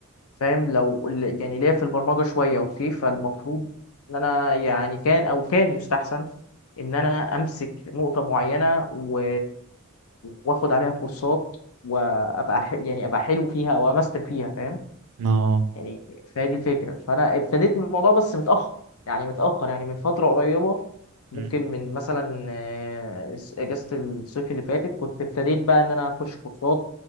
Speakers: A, on the left; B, on the right.
A: فاهم لو ال- يعني ليا في البرمجه شويه اوكي فالمفروض ان انا يعني كان او كان يستحسن ان انا امسك نقطه معينه و... واخد عليها كورسات وابقى ح... يعني ابقى حلو فيها او امستر فيها فاهم
B: اه آه.
A: يعني فهي دي الفكرة فأنا ابتديت من الموضوع بس متأخر يعني متأخر يعني من فترة قريبة ممكن
B: مم،
A: من مثلا آه، الس- أجازة الصيف اللي فاتت كنت ابتديت بقى إن أنا أخش كورسات